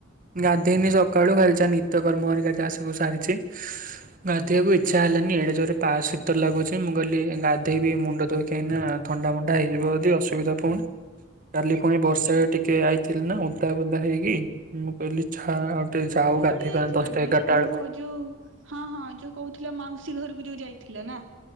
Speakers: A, on the right; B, on the right.
A: ଗାଧେଇନି ସକାଳୁ ଖାଲି ଯା ନିତ୍ୟକର୍ମ ହେରିକା ଯାହା ସବୁ ସାରିଛି। ଗାଧେଇବାକୁ ଇଚ୍ଛା ହେଲାନି ଏଡେ ଜୋରେ ପା ଶୀତ ଲାଗୁଛି ମୁଁ କହିଲି ଗାଧେଇବି ମୁଣ୍ଡ ଧୋଇ କାହିଁନା ଥଣ୍ଡା ମଣ୍ଡା ହେଇଯିବ ଯଦି ଅସୁବିଧା ଫୁଣି କାଲି ଫୁଣି ବର୍ଷା ଟି କେ ଆଇଥିଲି ନା ଓଦା ବୋଦା ହେଇକି ମୁଁ କହିଲି ଛା ଟିକେ ଯାଉ
B: କୁଆଡେ
A: ଗାଧେଇବା
B: ଯାଇଥିଲ
A: ଦଶଟା
B: କି
A: ଏଗାରଟା
B: ଓହୋ
A: ବେଳକୁ।
B: ଯୋଉ ହଁ ହଁ ଯୋଉ କହୁଥିଲ ମାଉସୀ ଘରକୁ ଯୋଉ ଯାଇଥିଲ ନା।